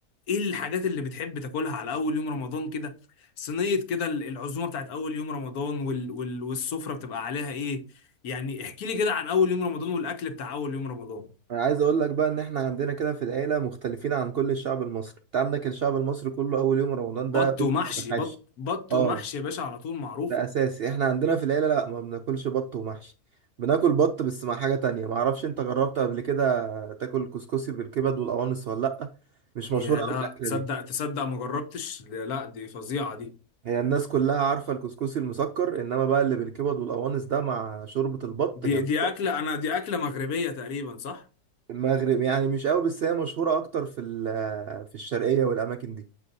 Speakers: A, on the left (about 75°); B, on the right (about 70°).
A: ايه الحاجات اللي بتحب تاكلها على اول يوم رمضان كده صينية كده ال- العزومة بتاعت اول يوم رمضان وال... وال... والسفرة بتبقى عليها ايه يعني احكي لي كده عن اول يوم رمضان والاكل بتاع اول يوم رمضان
B: انا عايز اقول لك بقى ان احنا عندنا كده في العيله مختلفين عن كل الشعب المصري انت عندك الشعب المصري كله اول يوم رمضان
A: بط
B: ده بيفطر
A: ومحشي
B: بحاش
A: بط بط
B: اه
A: ومحشي يا باشا على طول معروفة
B: ده اساسي احنا عندنا في العيله لا ما بناكلش بط ومحشي بناكل بط بس مع حاجه تانية ما اعرفش انت جربت قبل كده تاكل كسكسي بالكبد والقوانص ولا لا مش مشهوره
A: يا لا
B: قوي الاكله
A: تصدق
B: دي
A: تصدق ما جربتش لا لا، دي فظيعة دي
B: هي الناس كلها عارفه الكسكسي المسكر انما بقى اللي بالكبد والقوانص ده مع شوربه البط
A: دي
B: جنب
A: دي اكلة انا دي اكلة مغربية تقريبا صح
B: المغرب يعني مش قوي بس هي مشهوره اكتر في ال- في الشرقيه والاماكن دي